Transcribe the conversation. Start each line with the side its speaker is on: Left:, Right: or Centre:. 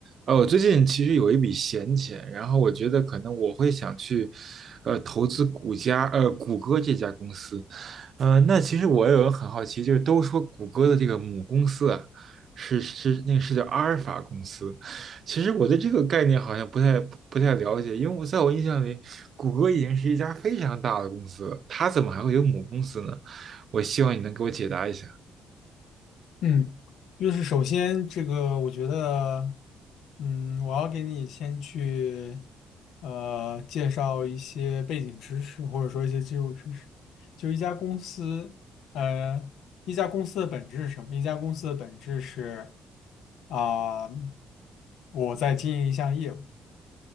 Right: 呃，我最近其实有一笔闲钱，然后我觉得可能我会想去，呃，投资谷家，呃，谷歌这家公司。呃，那其实我也有很好奇，就是都说谷歌的这个母公司啊，是是那个是叫阿尔法公司。其实我对这个概念好像不太不太了解，因为我在我印象里，谷歌已经是一家非常大的公司了，它怎么还会有母公司呢？我希望你能给我解答一下。
Left: 嗯，就是首先这个，我觉得，嗯，我要给你先去，呃，介绍一些背景知识，或者说一些基础知识。就一家公司，呃，一家公司的本质是什么？一家公司的本质是，啊、我在经营一项业务。